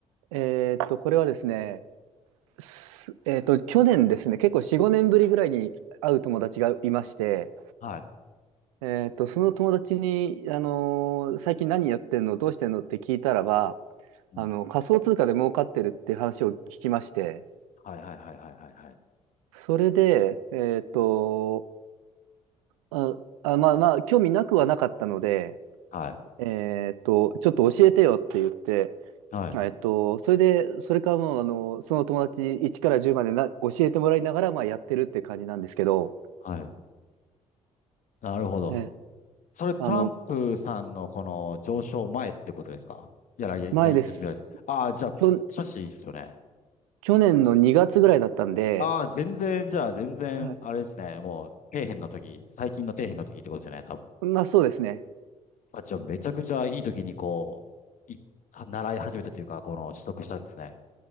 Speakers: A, on the right; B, on the left.
A: えーっと、これはですね、すえーっと、去年ですね、結構4、5年ぶりぐらいに会う友達がいまして、
B: はい。
A: えーっと、その友達に、あのー最近何やってんの、どうしてんのって聞いたらば、
B: うん。
A: あの、仮想通貨で儲かってるって話を聞きまして、
B: はいはいはいはいはいはい。
A: それで、えーっと、あ、あ、まあまあ、興味なくはなかったので、
B: はい。
A: えーっと、ちょっと教えてよって言って、
B: はい。
A: あえっと、それで、それからもう、あの、その友達1から10までな教えてもらいながら、まあ、やってるって感じなんですけど、
B: はい。なるほど。
A: ええ。
B: それ、トランプさんのこの上昇前ってことですかやられ、
A: あの、前です。
B: やり始められてああ、じゃあ、
A: きょ、
B: ししいいっすよね。
A: 去年の2月ぐらいだったんで、
B: ああ、全然、じゃあ、全然、
A: はい。
B: あれですね。もう、底辺の時、最近の底辺の時ってことじゃない、多
A: まあそうですね。
B: あ、じゃあめちゃくちゃいい時にこう、い、は習い始めたというか、この取得したんですね。